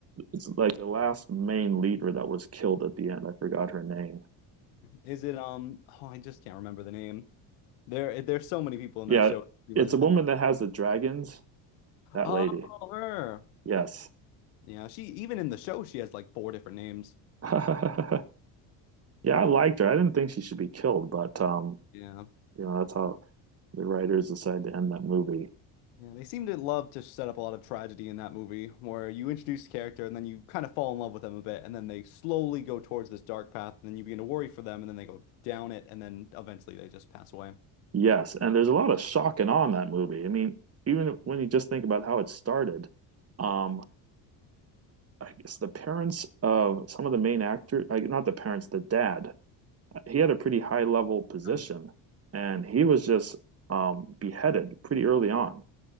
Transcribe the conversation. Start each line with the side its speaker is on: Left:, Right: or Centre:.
Right: it's like the last main leader that was killed at the end. I forgot her name.
Left: Is it um oh I just can't remember the name. There there's so many people in
Right: Yeah,
Left: that show. It's pretty
Right: it's
Left: much impossible.
Right: a woman that has the dragons. That
Left: Oh,
Right: lady.
Left: her.
Right: Yes.
Left: Yeah, she even in the show she has like four different names. <laughs>
Right: <laughs> Yeah, I liked her. I didn't think she should be killed, but um,
Left: Yeah.
Right: you know, that's how the writers decided to end that movie.
Left: Yeah, they seem to love to set up a lot of tragedy in that movie where you introduce a character and then you kind of fall in love with them a bit and then they slowly go towards this dark path and then you begin to worry for them and then they go down it and then eventually they just pass away.
Right: Yes, and there's a lot of shock and awe in that movie. I mean, even when you just think about how it started, um, I guess the parents of some of the main actors, like not the parents, the dad, he had a pretty high level position,
Left: Um,
Right: and he was just um, beheaded pretty early on.